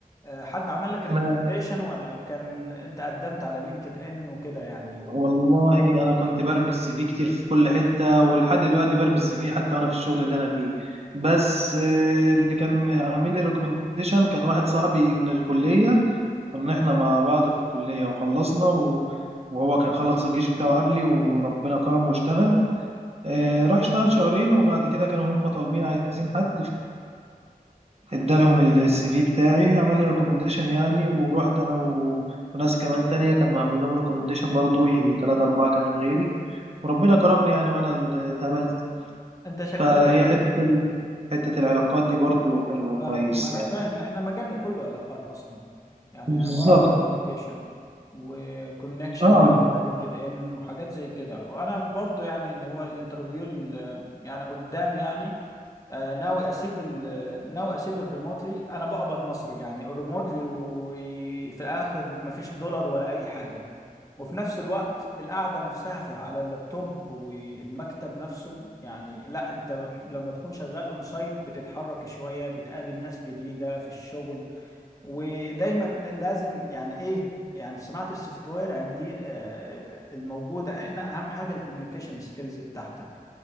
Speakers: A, on the left; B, on the right.
A: آه، حد عمل لك ريكومنديشن
B: مال
A: ولا كان انت قدمت على لينكد ان وكده يعني وانت
B: والله انا كنت برمي السي في كتير في كل حته ولحد دلوقتي برمي السي في حتى وانا في الشغل اللي انا فيه بس آه، اللي كان عامل لي ريكومنديشن كان واحد صاحبي من الكليه كنا احنا مع بعض في الكليه وخلصنا و- وهو كان خلص الجيش بتاعه قبلي وربنا كرمه واشتغل آه، راح اشتغل شهرين وبعد كده كانوا هم طالبين عايزين حد ادالهم السي في بتاعي عمل لي ريكومنديشن يعني ورحت انا و... وناس كمان تانية كان معمل لهم ريكومنديشن برضو يجي تلاتة أربعة كمان غيري وربنا كرمني يعني وأنا اللي اتقبلت
A: شغال
B: فهي
A: ايه
B: حتة ال... حتة العلاقات دي برضو حلوة كويس
A: فاهمك ما انا
B: يعني
A: فاهم احنا مجالنا كله علاقات اصلا يعني
B: بالظبط
A: عبارة عن كوميونيكيشن وكونكشن
B: اه
A: بقى على لينكد ان وحاجات زي كده وانا برضو يعني اللي هو الانترفيو اللي يعني قدام يعني آه، ناوي اسيب ال... ناوي اسيب الريموتلي انا بقبض مصري يعني الريموتلي وفي الاخر مفيش دولار ولا اي حاجه وفي نفس الوقت القعده نفسها في... على اللابتوب والمكتب نفسه يعني لا انت لما تكون شغال اون سايت بتتحرك شويه بتقابل ناس جديده في الشغل ودايما لازم يعني ايه يعني في صناعة السوفت وير عندي آه، الموجودة احنا اهم حاجة الكوميونيكيشن سكيلز بتاعتك